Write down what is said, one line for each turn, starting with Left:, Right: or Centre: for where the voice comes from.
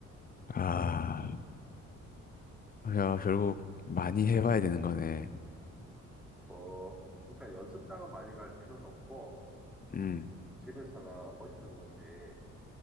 Left: 아, 야, 결국 많이 해봐야 되는 거네.
Centre: 어, 그러니까 연습장은 많이 갈 필요는 없고,
Left: 음,
Centre: 집에서나 어디서든지